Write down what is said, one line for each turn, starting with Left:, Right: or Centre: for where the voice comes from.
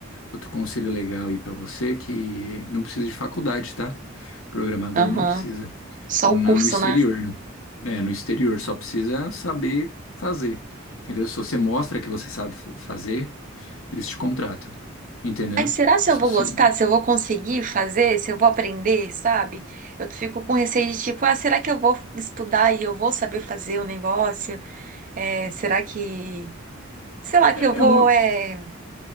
Left: outro conselho legal aí pra você que não precisa de faculdade, tá? Programador
Right: aham.
Left: não precisa.
Right: Só
Left: No
Right: o curso,
Left: no exterior.
Right: né?
Left: É, no exterior, só precisa saber fazer. Entendeu? Se você mostra que você sabe fa- fazer, eles te contratam. Entendeu?
Right: Aí será se
Left: Se
Right: eu vou
Left: você...
Right: gostar? Se eu vou conseguir fazer? Se eu vou aprender, sabe? Eu fico com receio de tipo, ah, será que eu vou estudar e eu vou saber fazer o negócio? É, será que, sei lá, que
Left: É
Right: eu vou,
Left: é um,
Right: é,